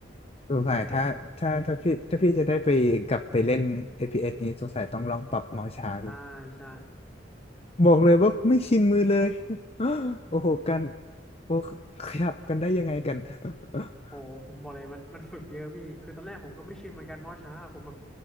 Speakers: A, on the left; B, in the centre.
A: สงสัยถ้าถ้าถ้าพี่ถ้าพี่จะได้ไปกลับไปเล่น
B: ๆ <laughs> ก็คือ
A: APS นี้สงสัยต้องลองปรับเมาส์ช้าดู
B: ใช่ใช่
A: บอกเลยว่าไม่ชินมือเลย <gasps> <laughs> โอ้โหกัน โอ้ขยับกันได้ยังไงกัน <laughs>
B: โอ้ผมบอกเลยมันมันฝึกเยอะพี่คือตอนแรกผมก็ไม่ชินเหมือนกันเมาส์ช้าผมแบบ